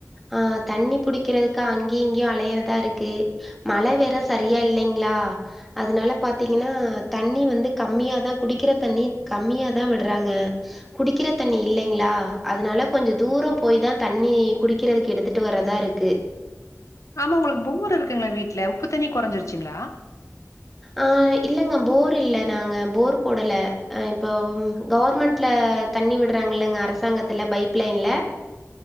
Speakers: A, in the centre; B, on the left.
A: ஆ தண்ணி புடிக்கறதுக்கு அங்கயு இங்கயு அலையறதா இருக்கு மழை வேற சரியா இல்லைங்ளா அதனால பாத்திங்கனா தண்ணி வந்து கம்மியாதா குடிக்கிற தண்ணி கம்மியா தா விடறாங்க குடிக்கிற தண்ணி இல்லைங்ளா அதனால கொஞ்ச தூரம் போய் தா தண்ணி குடிக்கிறதுக்கு எடுத்துட்டு வர்றதா இருக்கு
B: ஆமா உங்களுக்கு போர் இருக்குங்ளா வீட்ல உப்பு தண்ணி கொறஞ்சிருச்சுங்ளா
A: ஆ இல்லங்க போர் இல்ல நாங்க போர் போடல இப்போ கவர்மெண்ட்ல தண்ணி விடுறாங்களங்க அரசாங்கத்துல பைப் லைன்ல